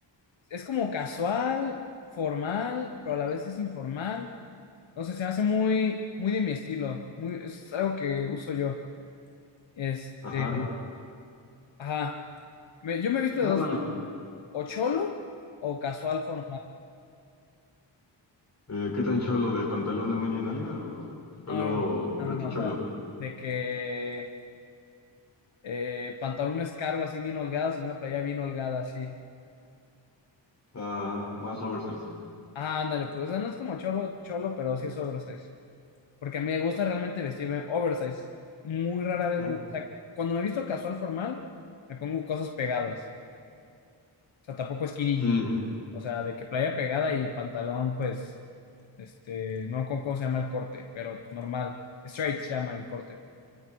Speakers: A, on the left; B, on the left.
A: es como casual, formal, pero a la vez es informal. No sé, se me hace muy, muy de mi estilo. Muy, es algo que uso yo. Este,
B: Ajá.
A: ajá. Me- yo me he visto
B: No,
A: de dos,
B: dale.
A: o cholo o casual formal.
B: Eh, ¿qué tan cholo de pantalón a media nalga o cholo
A: No, no, no,
B: preticholo?
A: no, no, o sea, de que eh, pantalones cargo así bien holgados y una playa bien holgada así.
B: Ajá, más oversize.
A: Ah, ándale, pues o sea, no es como cholo, cholo, pero sí es oversize. porque me gusta realmente vestirme oversize. Muy rara vez
B: Ajá.
A: me gusta, o sea, cuando me visto casual formal, me pongo cosas pegadas. O sea, tampoco skinny jean.
B: Ujú.
A: O sea, de que playa pegada y pantalón, pues, este, no con cómo se llama el corte, pero pues, normal. Straight se llama el corte.